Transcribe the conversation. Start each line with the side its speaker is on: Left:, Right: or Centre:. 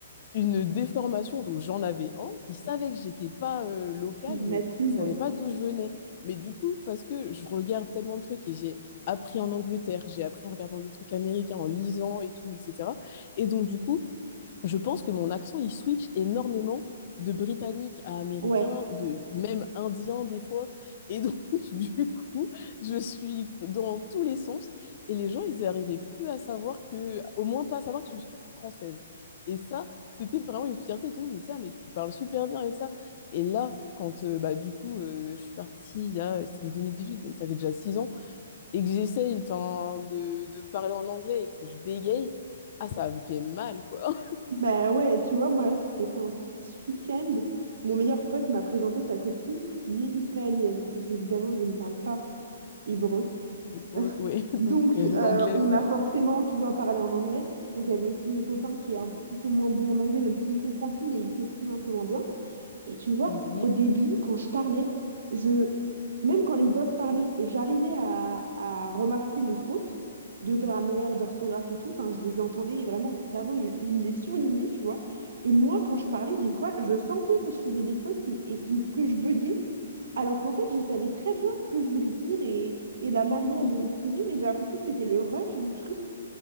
Left: une déformation. Donc j'en avais un. Il savait que j'étais pas euh, locale,
Right: Native,
Left: mais il savait
Right: ouais.
Left: pas d'où je venais. Mais du coup, parce que je regarde tellement de trucs et j'ai appris en Angleterre, j'ai appris en regardant des trucs américains, en lisant et tout, etc. Et donc du coup, je pense que mon accent, il switch énormément de britannique à américain,
Right: Ouais.
Left: de même indien des fois. Et donc, <laughs> du coup, je suis dans tous les sens. Et les gens, ils n'arrivaient plus à savoir que, au moins pas à savoir que je suis française. Et ça, c'était vraiment une fierté, tout le monde me disait, ah, mais tu parles super bien et ça. Et là, quand euh, bah, du coup, euh, je suis partie il y a, euh, c'était en 2018, donc ça fait déjà six ans, et que j'essaye enfin, de, de parler en anglais et que je bégaye, ah, ça me fait mal, quoi.
Right: Bah ouais, tu vois, moi, là, c'était quand? C'était ce week-end. Mon meilleur pote m'a présenté sa copine qui est israélienne. Donc, évidemment, je ne parle pas hébreu.
Left: <laughs> Hébreu,
Right: <laughs>
Left: ouais, donc
Right: Donc,
Left: euh,
Right: euh,
Left: l'anglais,
Right: on
Left: ça.
Right: a forcément, tu vois, parlé en anglais. Donc, il y avait aussi mon copain qui est un petit peu moins bon en anglais, même s'il comprend tout, mais il s'exprime un peu moins bien. Et tu vois,
Left: Mhm.
Right: au début, quand je parlais, je, même quand les autres parlaient, j'arrivais à, à remarquer les fautes de grammaire, d'orthographe et tout. Enfin, je les entendais et vraiment, mon cerveau, il, il les surlignait, tu vois. Et moi, quand je parlais, des fois, je sentais que je faisais des fautes mais- et que, que je buguais, alors qu'en fait, je savais très bien ce que je voulais dire et, et la manière
Left: <laughs>
Right: de l'exprimer, mais j'ai l'impression que c'était le rush du truc.